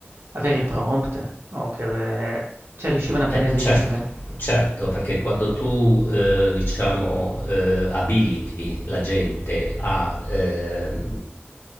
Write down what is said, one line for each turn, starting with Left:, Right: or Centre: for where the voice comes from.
Right: avere prompt o che eh, cioè riuscivano a prendere
Left: Beh,
Right: decisioni
Left: certo,
Right: da
Left: certo, perché quando tu, eh, diciamo, eh, abiliti la gente a, ehm,